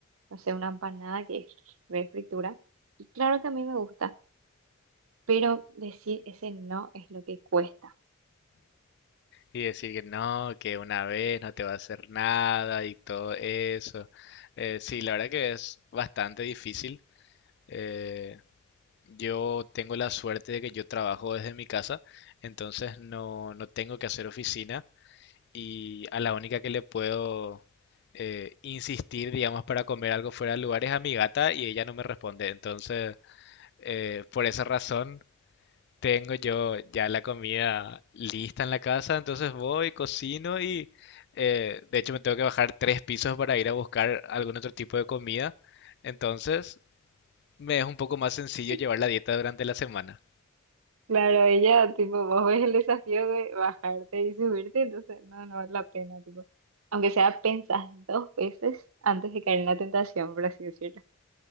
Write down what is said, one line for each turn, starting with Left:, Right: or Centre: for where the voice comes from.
Right: no sé, una empanada que es re fritura. Y claro que a mí me gusta, pero decir ese no es lo que cuesta.
Left: Y decir que no, que una vez no te va a hacer nada y todo eso. Eh, sí, la verdad que es bastante difícil. Eh, Yo tengo la suerte de que yo trabajo desde mi casa, entonces no, no tengo que hacer oficina y a la única que le puedo eh, insistir, digamos, para comer algo fuera del lugar es a mi gata y ella no me responde. Entonces, eh, por esa razón, tengo yo ya la comida lista en la casa, entonces voy, cocino y eh, de hecho me tengo que bajar tres pisos para ir a buscar algún otro tipo de comida. Entonces, me es un poco más sencillo
Right: <laughs>
Left: llevar la dieta durante la semana.
Right: Claro, ella, tipo, vos ves el desafío de bajarte y subirte, entonces no, no vale la pena, tipo. Aunque sea, pensás dos veces antes de caer en la tentación, por así decirlo.